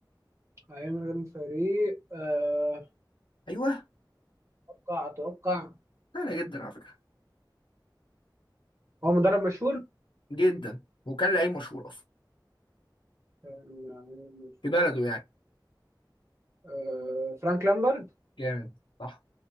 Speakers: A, on the right; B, on the left.
A: هيعمل غير فريق آه،
B: ايوه
A: اتوقع اتوقع
B: سهله جدا على فكره
A: هو مدرب مشهور
B: جدا وكان لعيب مشهور اصلا
A: آه،
B: في بلده يعني
A: آه، فرانك لامبرد
B: جامد صح